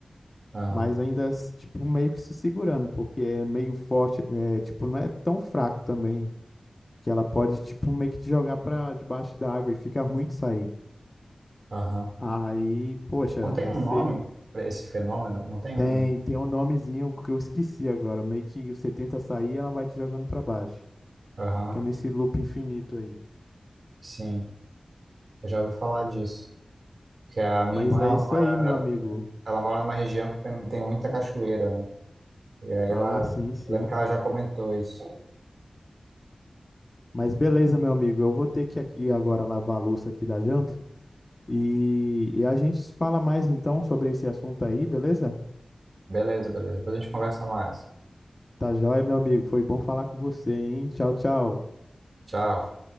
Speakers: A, on the right; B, on the left.
A: aham,
B: Mas ainda, s- tipo, meio que se segurando, porque é meio forte, né? Tipo, não é tão fraco também, que ela pode, tipo, meio que te jogar pra debaixo da água e fica ruim de sair.
A: aham.
B: Aí, poxa,
A: Não tem
B: você
A: um nome para esse fenômeno? Não tem
B: tem,
A: um.
B: tem um nomezinho que eu esqueci agora, meio que você tenta sair ela vai te jogando pra baixo.
A: Aham,
B: Fica nesse loop infinito aí.
A: sim. Eu já ouvi falar disso. Que a minha
B: Mas
A: irmã,
B: é
A: ela
B: isso
A: mora,
B: aí, meu amigo.
A: ela mora numa região que tem, tem muita cachoeira, né? E aí
B: Ah,
A: ela,
B: sim, sim.
A: lembro que ela já comentou isso.
B: Mas beleza, meu amigo, eu vou ter que aqui agora lavar a louça aqui da janta e, e a gente se fala mais então sobre esse assunto aí, beleza?
A: Beleza, beleza. Depois a gente conversa mais.
B: Tá joia, meu amigo, foi bom falar com você, hein? Tchau, tchau.
A: Tchau.